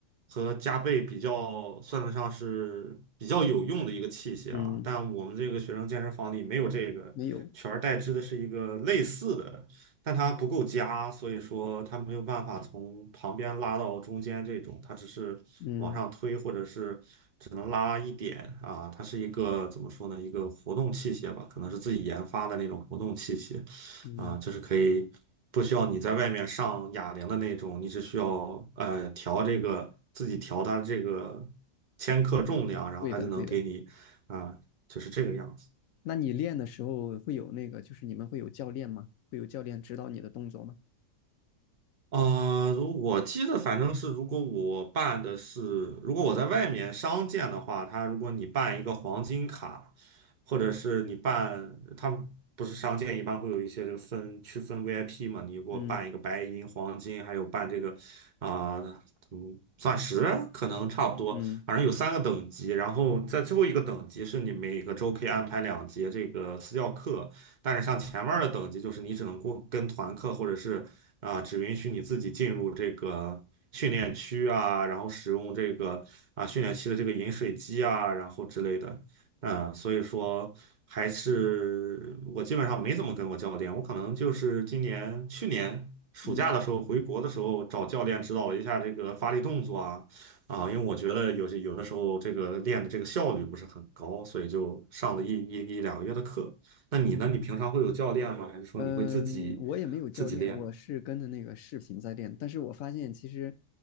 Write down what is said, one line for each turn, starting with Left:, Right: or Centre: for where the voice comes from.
Right: 和夹背比较算得上是比较有用的一个器械啊，
Left: 嗯，
Right: 但我们这个学生健身房里没有这个，
Left: 没有，
Right: 取而代之的是一个类似的，但它不够夹，所以说它没有办法从旁边拉到中间这种，它只是往上推或者是只能拉一点啊，
Left: 嗯
Right: 它是一个怎么说呢？一个活动器械吧，可能是自己研发的那种活动器械，
Left: 嗯，
Right: 啊，就是可以不需要你在外面上哑铃的那种，你只需要呃调这个自己调它这个千克重量，然后它就能给你啊，
Left: 对的对的。
Right: 就是这个样子。
Left: 那你练的时候会有那个，就是你们会有教练吗？会有教练指导你的动作吗？
Right: 啊，如我记得反正是，如果我办的是，如果我在外面商店的话，他如果你办一个黄金卡，或者是你办，他们不是商店一般会有一些这个分区分 VIP 嘛，你给我办一个白银、
Left: 嗯
Right: 黄金，还有办这个啊、嗯，钻石啊，可能差不多，
Left: 嗯
Right: 反正有三个等级，然后在最后一个等级是你每个周可以安排两节这个私教课，但是像前面的等级，就是你只能过跟团课，或者是啊、只允许你自己进入这个训练区啊，然后使用这个啊、训练期的这个饮水机啊，然后之类的。嗯，所以说还是我基本上没怎么跟过教练，我可能就是今年去年暑假的时候回国的时候找教练指导了一下这个发力动作啊啊，
Left: 嗯
Right: 因为我觉得有些有的时候这个练的这个效率不是很高，所以就上了一一一两个月的课。那你呢？
Left: 嗯，
Right: 你平常会有教练吗？还是说你会自己
Left: 嗯我也没有教练，
Right: 自己练？
Left: 我是跟着那个视频在练。但是我发现其实